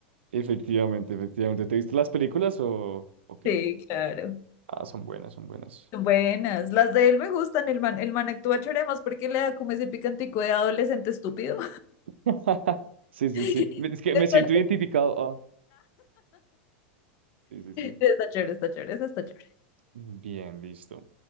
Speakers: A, on the right (about 75°); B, on the left (about 45°).
A: Efectivamente, efectivamente. ¿Te viste las películas o, o qué?
B: Sí, claro.
A: Ah, son buenas, son buenas.
B: Son Buenas. Las de él me gustan. El man, el man actúa chévere más porque le da como ese picantico de adolescente estúpido.
A: <laughs> Sí, sí,
B: <laughs>
A: sí. Me- Es que
B: Está,
A: me siento identificado. Ah, sí, sí, sí.
B: está chévere, está chévere, eso está chévere.
A: Bien, listo.